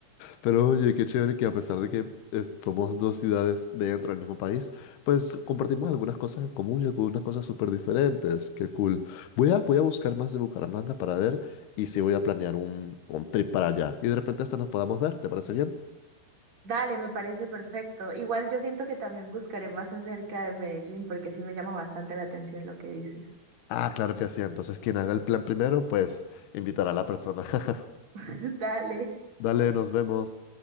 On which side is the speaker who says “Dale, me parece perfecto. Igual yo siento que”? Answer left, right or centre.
Right